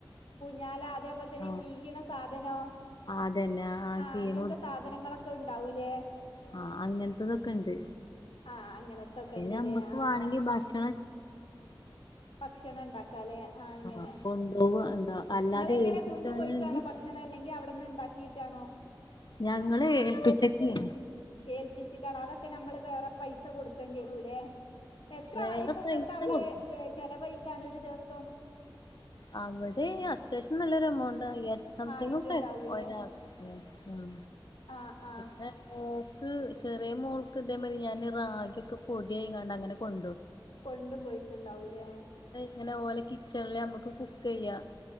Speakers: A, on the left (about 85°); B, on the left (about 55°).
A: ഞാല അതേപോലെ തന്നെ
B: ആഹ്
A: കിയെന്ന സാധന ഇതിനോ
B: അതന്നെ
A: ആ ആ
B: കീണ
A: അങ്ങനത്തെ സാധനങ്ങളൊക്കെ ഉണ്ടാവൂലേ
B: ആ അങ്ങന തൊക്കെണ്ട്
A: ആ അങ്ങനത്തൊക്കെ
B: പി
A: ഉണ്ട്ല്ലേ
B: നമ്മക്ക്
A: ആ
B: വേണെങ്കി ഭക്ഷ
A: ഭക്ഷണം ഉണ്ടാക്ക അല്ലെ ആ അങ്ങനെ
B: ആഹ് കൊണ്ടുപോവ എന്താ അല്ലാതെ
A: നിങ്ങള് എങ്ങനെ
B: ഏൽപ്പിക്കുകയാണെങ്കിൽ
A: കൊണ്ടുപോയിക്കണോ ഭക്ഷണം അല്ലെങ്കിൽ അവിടെന്ന് ഉണ്ടാക്കി് ട്ട് ആണോ
B: ഞങ്ങള് ഏൽപ്പിചിട്ടില്ല
A: ഏൽപ്പിച്ചിക്കള അതൊക്കെ നമ്മള് വേറെ പൈസ കൊടുക്കേണ്ടി വരുല്ലേ എത്ര
B: വേറെ
A: ആയപ്പങ്ങൾക്ക്
B: പൈസ
A: അവിടെ
B: കൊടുക്കും
A: ചെലവഴി ക്കാനരു ദിവസം
B: അവിടെ അയിന് അത്യാവശ്യം നല്ലൊരു എമൗണ്ട് <unintelligible> അയ്യാര്ത്തി സംതിങ്
A: ആയിട്ടുണ്ടാവൂലേ
B: ഒക്കെ ആയക്കും ഒരാക്ക് ഉം
A: ആ ആ
B: <unintelligible> ക്ക് ചെറെ മോൾക്ക് ഇതേ മാതിരി ഞാൻ റാഗിയൊക്കെ പൊടി അയിങ്ങാണ്ട് അങ്ങനെ കൊൺ
A: കൊണ്ട് പോയിട്ട് ഇണ്ടാവും ലെ
B: അങ്ങനെ ഓലെ കിച്ചൺൽ നമ്മക്ക് കുക്കെയ്യ